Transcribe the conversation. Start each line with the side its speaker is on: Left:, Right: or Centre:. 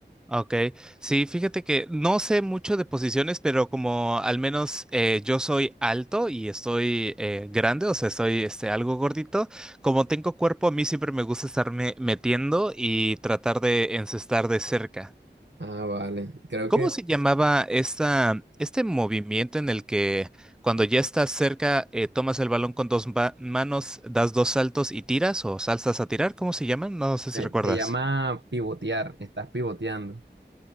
Centre: ok. Sí, fíjate que no sé mucho de posiciones, pero como al menos eh, yo soy alto y estoy eh, grande, o sea, estoy este, algo gordito, como tengo cuerpo, a mí siempre me gusta estarme metiendo y tratar de encestar de cerca.
Right: Ah, vale. Creo
Centre: ¿Cómo
Right: que
Centre: se llamaba esta, este movimiento en el que cuando ya estás cerca, eh, tomas el balón con dos ba- manos, das dos saltos y tiras o saltas a tirar? ¿Cómo se llaman? No sé
Right: se,
Centre: si recuerdas.
Right: se llama pivotear. Estás pivoteando.